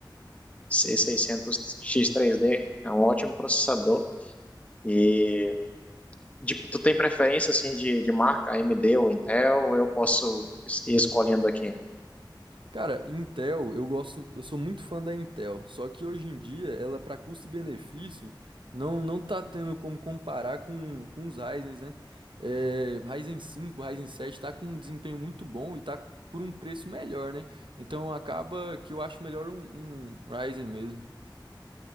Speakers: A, on the left; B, on the right.
A: 3600X3D, é um ótimo processador. e De- tu tem preferência assim de, de marca AMD ou Intel? Ou eu posso es- ir escolhendo aqui?
B: Cara, Intel, eu gosto, eu sou muito fã da Intel, só que hoje em dia ela, para custo-benefício, não, não tá tendo como comparar com, com os Ryzens, né? É, Ryzen 5, Ryzen 7 tá com um desempenho muito bom e tá por um preço melhor, né? Então acaba que eu acho melhor um, um Ryzen mesmo.